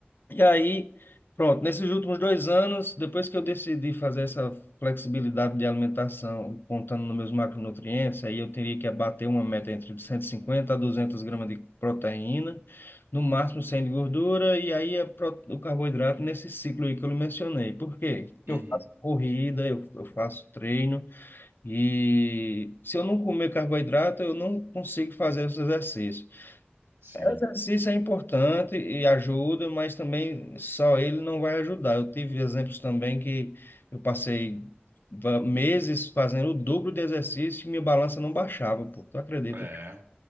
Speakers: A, on the left; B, on the right.
A: E aí, pronto, nesses últimos dois anos, depois que eu decidi fazer essa flexibilidade de alimentação, contando nos meus macronutrientes, aí eu teria que abater uma meta entre 150 a 200 gramas de proteína, no máximo 100 de gordura, e aí é pro- o carboidrato nesse ciclo aí que eu lhe mencionei. Por quê? Porque
B: uhum,
A: eu faço corrida, eu, eu faço treino, e se eu não comer carboidrato, eu não consigo fazer os exercícios.
B: sim.
A: Exercício é importante e ajuda, mas também só ele não vai ajudar. Eu tive exemplos também que eu passei va- meses fazendo o dobro de exercício e minha balança não baixava, pô, tu acredita?
B: É,